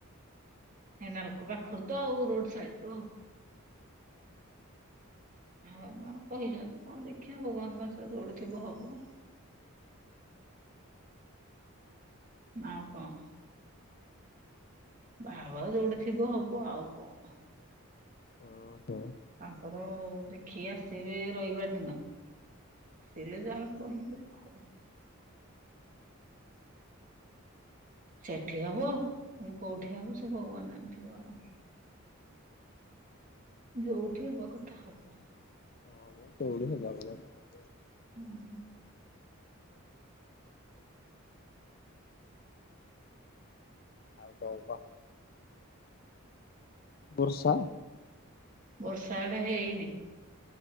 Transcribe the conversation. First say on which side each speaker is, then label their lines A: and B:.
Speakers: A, on the right; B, on the left.
A: ହେ ନାଲକୋ ପାଖରୁ ତ ଆଉ ରୋଡ ସାଇଟ ରୁ ଆଉ। ଆଉ ତାଙ୍କର କହିଛନ୍ତି କଣ ଦେଖିବା ଭଗବାନଙ୍କ ଆଶୀର୍ବାଦ ଯୋଉଠି ଥିବ ହବ। <inaudible> ଆଉ କଣ? ବାହାଘର ଯୋଉଠି ଥିବ ହବ। ଆଉ କଣ?
B: ଓହୋ ହଁ
A: ତାଙ୍କର ଦେଖି ଆସିବେ ରଇବାର ଦିନ। ଆସିଲେ ଯାହା କହିବ ଆଉ। ସେଠି ହବ କି କୋଉଠି ହବ, ସେ ଭଗବାନ ଜାଣିଥିବ ଆଉ। ଯୋଉଠି ହବା କଥା ହବ।
B: ହଁ ମ ଯୋଉଠି ହବା କଥା ତ ହବ।
A: ହୁଁ
B: ଆଉ କଣ କହ? ବର୍ଷା
A: ବର୍ଷା ଇଆଡ଼େ ହେଇନି।